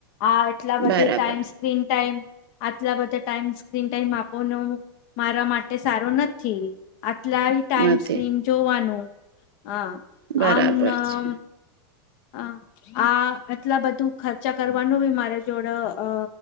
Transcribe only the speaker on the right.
બરાબર
નથી
બરાબર
છે